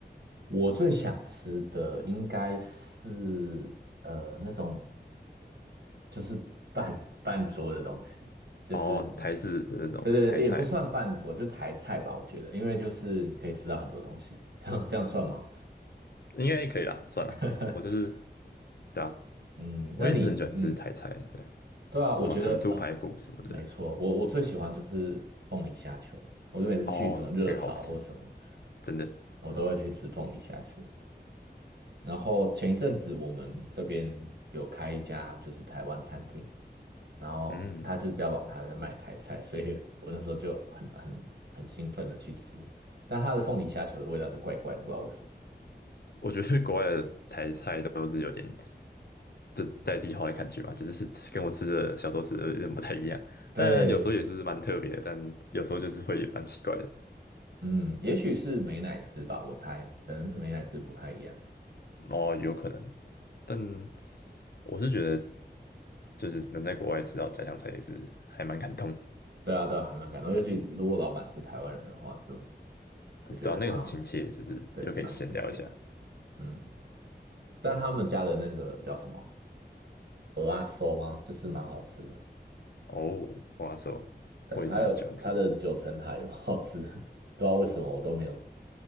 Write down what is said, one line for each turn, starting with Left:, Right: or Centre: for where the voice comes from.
Right: 我最想吃的应该是呃那种。就是半半桌的东西，就是
Left: 哦，台式的那种台菜
Right: 对对，也不算半桌，就台菜吧，我觉得，因为就是你可以吃到很多东西，这样这样算吗？
Left: 应该可以啦，算了，
Right: <laughs>
Left: 我就是，对啊，
Right: 嗯，
Left: 我也是很喜欢吃台菜，
Right: 那你嗯，
Left: 对，
Right: 对啊，
Left: 什么糖醋排骨什么的，
Right: 我觉得哦，没错，我我最喜欢就是凤梨虾球，我就每次去什么热炒或什么，
Left: 哦，那个好吃，真的。
Right: 我都会去吃凤梨虾球。然后前一阵子我们这边有开一家就是台湾餐厅，然后他就是标榜他在卖台菜，
Left: 嗯，
Right: 所以我那时候就很很很兴奋的去吃，但他的凤梨虾球的味道就怪怪的，不知道为什么。
Left: 我觉得国外的台菜都是有点这在地化的感觉嘛，就是是吃跟我吃的小时候吃的有点不太一样，
Right: 对，
Left: 但有时候也是蛮特别的但有时候就是会蛮奇怪的，
Right: 嗯，也许是美乃滋吧，我猜，可能美乃滋不太一样。
Left: 哦，有可能，但我是觉得就是能在国外吃到家乡菜也是还蛮感动的，
Right: 对啊，对啊，还蛮感动，尤其如果老板是台湾人的话，就
Left: 很对啊，
Right: 会觉得好像
Left: 那个很亲切，就是又可以闲聊一下。
Right: 对蛮亲切的嗯，但他们家的那个叫什么蚵仔酥吗？就是蛮好吃的。
Left: 哦，哇塞，
Right: 对，
Left: 我也是蛮喜欢吃。
Right: 还有它的九层塔也蛮好吃的，<laughs> 不知道为什么我都没有，